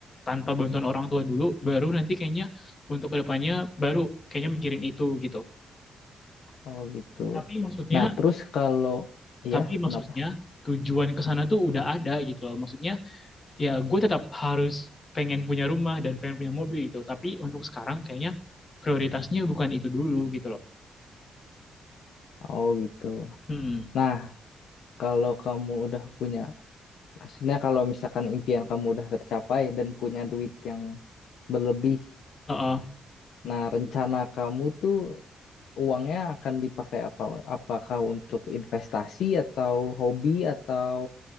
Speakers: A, on the left; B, on the left.
A: tanpa bantuan orang tua dulu, baru nanti kayaknya untuk kedepannya baru kayaknya mikirin itu gitu.
B: Oh gitu.
A: Tapi maksudnya,
B: Nah, terus kalau
A: tapi
B: ya
A: maksudnya
B: kenapa?
A: tujuan ke sana tuh udah ada gitu loh. Maksudnya ya gue tetap harus pengen punya rumah dan pengen punya mobil gitu. Tapi untuk sekarang kayaknya prioritasnya bukan itu dulu gitu loh.
B: Oh gitu.
A: Hmm.
B: Nah, kalau kamu udah punya, maksudnya kalau misalkan impian kamu udah tercapai dan punya duit yang berlebih
A: Heeh.
B: Nah, rencana kamu tuh uangnya akan dipakai apa? Apakah untuk investasi atau hobi atau